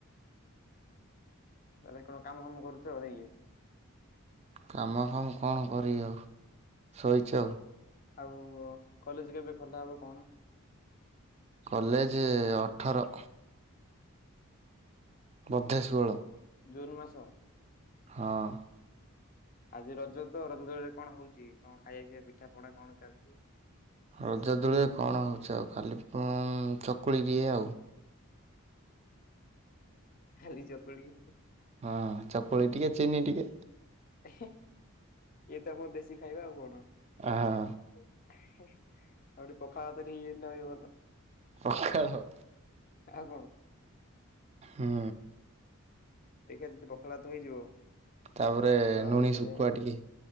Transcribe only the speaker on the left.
ତାହେଲେ କଣ କାମ ଫାମ କରୁଛ ନାଇଁ କି?
ଆଉ କଲେଜ କେବେ ଖୋଲା ହବ କଣ?
ଜୁନ୍ ମାସ
ଆଜି ରଜ ତ ରଜରେ କଣ ହଉଛି କଣ ଖାଇବା ପିଇବା ପିଠା ପଣା କଣ ଚାଲିଛି।
ଖାଲି ଚକୁଳି
ଇଏ ତମର ଦେଶୀ ଖାଇବା ଆଉ କଣ।
ଆଉ <unintelligible> ପଖାଳ ଭାତ <unintelligible> ସବୁଠୁ ଭଲ।
ଆଉ କଣ
ଟିକେ ଯଦି ପଖାଳ ଭାତ ହେଇଯିବ
ତ ଆହୁରି
ବଢିଆ